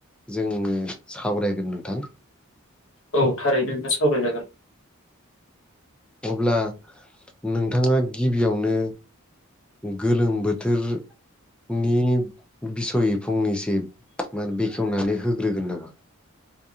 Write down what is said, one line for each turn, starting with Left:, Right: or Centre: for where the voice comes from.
Centre: जोङो सावरायगोन नोंथां
Left: औ थारैनो नोंथां सावरायजागोन।
Centre: अब्ला नोंथाङा गिबियावनो। गोलोम बोथोर नि बिसय फंनैसो मा- बेखेवनानै होग्रोगोन नामा?